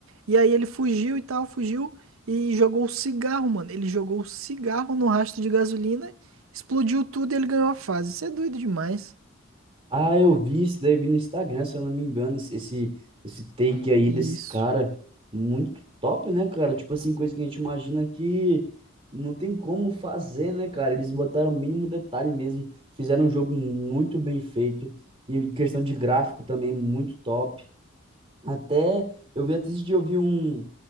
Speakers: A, on the right (about 75°); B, on the right (about 30°).
A: E aí ele fugiu e tal, fugiu e jogou o cigarro, mano. Ele jogou o cigarro no rastro de gasolina, explodiu tudo e ele ganhou a fase. Isso é doido demais.
B: Ah, eu vi isso daí, vi no Instagram, se eu não me engano, esse, esse esse take aí
A: Isso.
B: desse cara. Muito top, né, cara? Tipo assim, coisa que a gente imagina que não tem como fazer, né, cara? Eles botaram o mínimo detalhe mesmo. Fizeram um jogo muito bem feito. E em questão de gráfico também, muito top. Até eu vi até esse dia eu vi um,